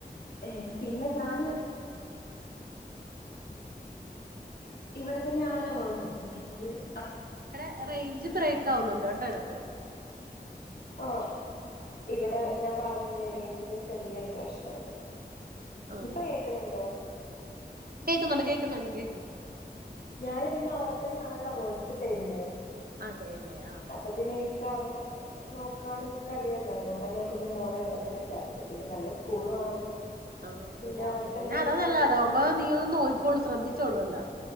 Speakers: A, on the left; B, on the right.
A: ഏഹ് പിന്നെ ഞാൻ ഇവിടെ തന്നെ ആണൊല്ലോ വർക്ക് പിന്നെ ഇക്ക് അ
B: എടാ
A: പിന്നെ വേറെ
B: റേഞ്ച്
A: പ്രശ്നങ്ങളുണ്ട്
B: ബ്രേക്ക് ആവുന്നുണ്ട് കേട്ടോ ഇടക്ക്
A: ഓ. ഇവടെ ഞാൻ പറഞ്ഞില്ലേ. റേയ്ഞ്ചിന് ചെറ്യേയൊരു പ്രശ്ന ഉണ്ട്
B: ആഹ്
A: ഇപ്പൊ കേക്ക്ണ് ണ്ടോ
B: കേക്കുന്നുണ്ട് കേക്കുന്നുണ്ട് കേക്കുന്നുണ്ട്
A: ഞാന് പിന്നെ അവിടെത്തന്നെയാണല്ലോ വർക്ക് ചെയ്യുന്നെ.
B: അതേല്ലേ
A: അപ്പ പിന്നെ ഇൻക്ക് അവരെ നോ ക്കാനും കഴിയലൊ അതുകോണ്ടാ ഞാൻ പിന്നെ മോളെ ഇവിടെ തന്നെ ചേർത്തിയത് പിന്നെ നല്ല സ്കൂളു ആണ്.
B: ആഹ്
A: പിന്നെ അവർക്ക്
B: അപ പിന്നെ
A: എന്തെങ്കിലും
B: അതാ
A: പെട്ടെന്ന്
B: നല്ല അതാവുമ്പോ
A: എന്തെങ്കിലും
B: നീയോ ഒന്ന് നോക് ക്കോളു ശ്രദ്ധിച്ചോളൂ അല്ലാ.